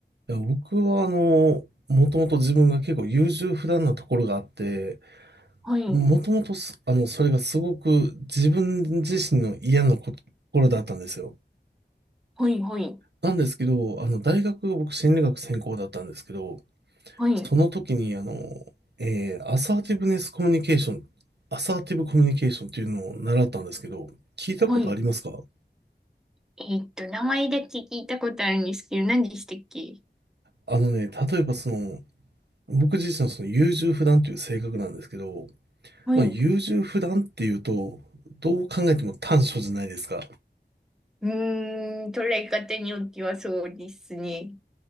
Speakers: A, on the right; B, in the centre.
A: いや、僕はあの、もともと自分が結構優柔不断なところがあって、
B: はい。
A: もともとすあの、それがすごく自分自身の嫌なこところだったんですよ。
B: はい、はい。
A: なんですけど、あの、大学が僕心理学専攻だったんですけど、
B: はい。
A: その時に、あの、えーアサーティブネスコミュニケーション、アサーティブコミュニケーションっていうのを習ったんですけど、聞いたことありますか
B: はい。えーっと、名前だけ聞いたことあるんですけど、何でしたっけ
A: あのね、例えばその、僕自身のその優柔不断という性格なんですけど、
B: はい。
A: まあ優柔不断っていうと、
B: う
A: どう考えても短所じゃないですか。
B: ーん、捉え方によってはそうですね。